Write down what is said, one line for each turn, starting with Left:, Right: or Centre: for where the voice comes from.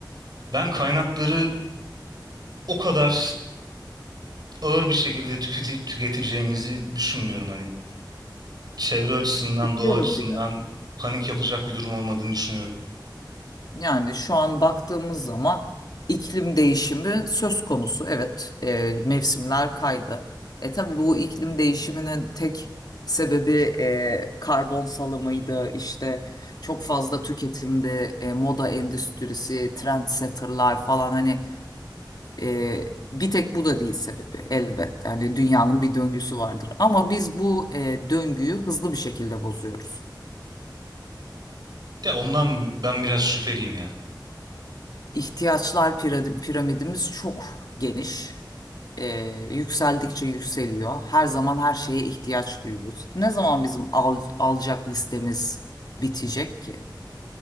Right: Ben kaynakları o kadar ağır bir şekilde tüketi- tüketeceğimizi düşünmüyorum hani çevre açısından,
Left: tüketiyoruz
Right: doğa açısından
Left: bile.
Right: panik yapacak bir durum olmadığını düşünüyorum.
Left: Yani şu an baktığımız zaman iklim değişimi söz konusu. Evet, e, mevsimler kaydı. E tabii bu iklim değişiminin tek sebebi e, karbon salımıydı. İşte çok fazla tüketimdi, e, moda endüstrisi, trendsetterlar falan hani e, bir tek bu da değil sebebi elbette. Yani dünyanın bir döngüsü vardır. Ama biz bu e, döngüyü hızlı bir şekilde bozuyoruz.
Right: Ya ondan ben biraz şüpheliyim ya.
Left: İhtiyaçlar piradi- piramidimiz çok geniş. e, yükseldikçe yükseliyor. Her zaman her şeye ihtiyaç duyuyoruz. Ne zaman bizim al- alacak listemiz bitecek ki?